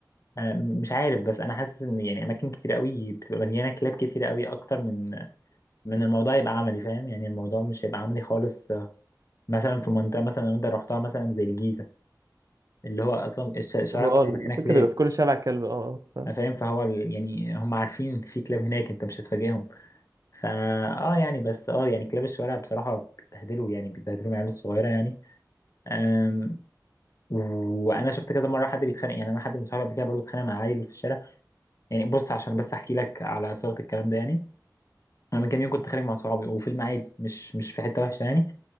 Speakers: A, on the left; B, on the right.
A: آه، مش عارف بس انا حاسس ان يعني اماكن كتير قوي بتبقى مليانه كلاب كتير قوي اكتر من من الموضوع يبقى عملي فاهم يعني الموضوع مش هيبقى عملي خالص آه، مثلا في منطقه مثلا لو انت رحتها مثلا زي الجيزه اللي هو اصلا الش- الشوارع
B: هو
A: كلها
B: اه الفكرة
A: مليانه كلاب
B: في كل شارع كلب اه ف-
A: فاهم فهو ال- يعني هم عارفين في كلاب هناك انت مش هتفاجئهم فا اه يعني بس اه يعني كلاب الشوارع بصراحه بيتبهدلوا يعني بيتبهدلوا العيال الصغيره يعني آمم، وانا شفت كذا مره حد بيتخانق يعني انا حد من صحابي قبل كده برضه اتخانق مع عيل في الشارع يعني بص عشان بس احكي لك على صيغه الكلام ده يعني انا من كام يوم كنت خارج مع صحابي وفي المعادي مش مش في حته وحشه يعني